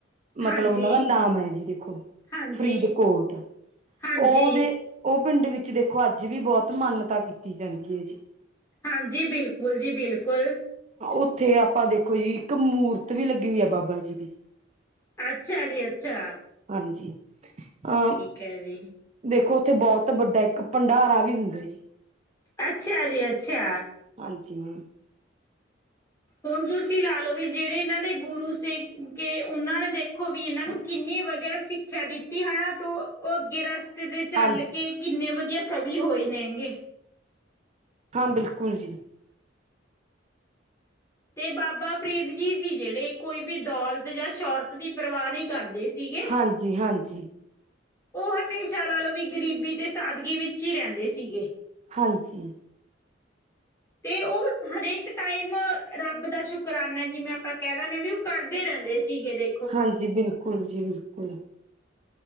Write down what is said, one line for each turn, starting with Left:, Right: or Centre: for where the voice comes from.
Right: ਮਤਲਬ
Left: ਹਾਂਜੀ
Right: ਉਹਨਾਂ ਦਾ ਨਾਮ ਹੈ ਜੀ ਦੇਖੋ
Left: ਹਾਂਜੀ
Right: ਫਰੀਦਕੋਟ ਉਹਦੇ
Left: ਹਾਂਜੀ
Right: ਉਹ ਪਿੰਡ ਵਿੱਚ ਦੇਖੋ ਅੱਜ ਵੀ ਬਹੁਤ ਮਾਨਤਾ ਕੀਤੀ ਜਾਂਦੀ ਹੈ ਜੀ
Left: ਹਾਂਜੀ ਬਿਲਕੁਲ ਜੀ ਬਿਲਕੁਲ
Right: ਉੱਥੇ ਆਪਾਂ ਦੇਖੋ ਜੀ ਇੱਕ ਮੂਰਤ ਵੀ ਲੱਗੀ ਆ ਬਾਬਾ ਜੀ ਦੀ।
Left: ਅੱਛਾ ਜੀ ਅੱਛਾ।
Right: ਹਾਂਜੀ ਅ।
Left: ਇਹ ਵੀ
Right: ਦੇਖੋ ਉੱਥੇ ਬਹੁਤ ਵੱਡਾ ਇੱਕ ਭੰਡਾਰਾ ਵੀ ਹੁੰਦਾ ਜੀ।
Left: ਅੱਛਾ ਜੀ ਅੱਛਾ।
Right: ਹਾਂਜੀ ਮੈਮ।
Left: ਹੁਣ ਤੁਸੀਂ ਲਾ ਲਓ ਵੀ ਜਿਹੜੇ ਇਹਨਾਂ ਦੇ ਗੁਰੂ ਸੀਗੇ ਕਿ ਉਹਨਾਂ ਨੇ ਦੇਖੋ ਵੀ ਇਹਨਾਂ ਨੂੰ ਕਿੰਨੀ ਵਧੀਆ ਸਿਖਿਆ ਸਿੱਖਿਆ ਦਿੱਤੀ ਹਨਾ ਤੂੰ ਉਹ ਗਿਰਸ ਤੇ ਚੱਲ
Right: ਹਾਂਜੀ
Left: ਕੇ ਕਿੰਨੇ ਵਧੀਆ ਕਵੀ ਹੋਏ ਨੇ ਹੈਂਗੇ।
Right: ਹਾਂ ਬਿਲਕੁਲ ਜੀ।
Left: ਤੇ ਬਾਬਾ ਫਰੀਦ ਜੀ ਸੀ ਜਿਹੜੇ ਕੋਈ ਵੀ ਦੌਲਤ ਜਾਂ ਸ਼ੋਰਤ ਦੀ। ਪਰਵਾਹ ਨਹੀਂ ਕਰਦੇ ਸੀਗੇ।
Right: ਹਾਂਜੀ ਹਾਂਜੀ
Left: ਉਹ ਹਮੇਸ਼ਾ ਲਾ ਲਓ ਵੀ ਗਰੀਬੀ ਤੇ ਸਾਦਗੀ ਵਿੱਚ ਹੀ ਰਹਿੰਦੇ ਸੀਗੇ।
Right: ਹਾਂਜੀ।
Left: ਤੇ ਉਹ ਹਰੇਕ ਟਾਈਮ ਰੱਬ ਦਾ ਸ਼ੁਕਰਾਨਾ ਜਿਵੇਂ ਆਪਾਂ ਕਹਿ ਦਿੰਦੇ ਵੀ ਉਹ ਕਰਦੇ ਰਹਿੰਦੇ ਸੀਗੇ ਦੇ।
Right: ਹਾਂਜੀ ਬਿਲਕੁਲ ਜੀ ਬਿਲਕੁਲ।